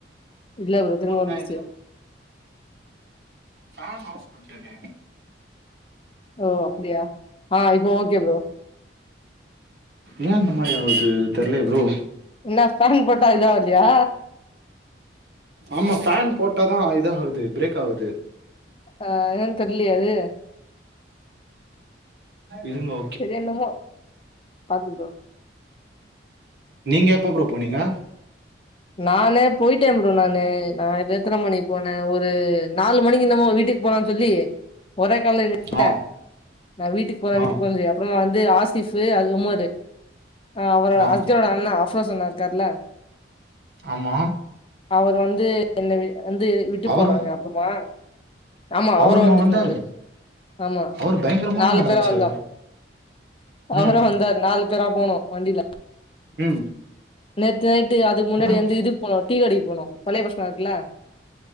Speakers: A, on the left (about 30°); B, on the right (about 60°).
A: இல்ல ப்ரோ திரும்ப வந்துச்சு
B: நான் இது ஃபேன் ஆஃப் பண்டனே
A: ஓ அப்படியா ஆ இப்போ ஓகே ப்ரோ
B: ஏ இந்த மாரி ஆவ்து தெர்லயே ப்ரோ
A: இன்னா ஃபேன் போட்டா இதாவ்லியா
B: ஆமா ஃபேன் போட்டாதா இதாவுது பிரேக் ஆவுது
A: ஆ என்னன் தெர்லயே அது
B: இருங்கோ
A: செரி என்னமோ பாத்து ப்ரோ
B: நீங்க எப்போ ப்ரோ போனீங்க
A: நானே போய்ட்டே ப்ரோ நானு நா எத்தன மணிக்கு போனே ஒரு நாலு மணிக்கு என்னமோ வீட்டுக் போறேன் சொல்லி ஒரே கால்ல நின்னுட்டே
B: ஆ
A: நா வீட்டுக் போறே
B: ஆ
A: வீட்டுக் போறேன் சொல்லி அப் அப்றமா வந்து ஆசிஃபு அது உமரு அ அவரு
B: ஆ
A: ஹஸ்ஜரோட அண்ணா அஃப்ரோஸ் அண்ணா இருக்கார்ல
B: ஆமா
A: அவரு வந்து என்ன வி வந்து விட்டு
B: அவரும்
A: போனாங்க அப்பற்மா ஆமா
B: அவருமா
A: அவரு வந்திருந்தாரு
B: வந்தாரு
A: ஆமா
B: அவர் பயங்கரமான
A: நாலு
B: ஆளாச்சு
A: பேரா வந்தோ
B: ம்
A: அவரு வந்தாரு நாலு பேரா போனோ வண்டில்
B: ம்
A: நேத்து நைட்டு அதுக் முன்னாடி
B: அவரு
A: வந்து இதுக் போனு டீ கடைக்கு போனு பழய பஸ் ஸ்டாண்ட் இக்குல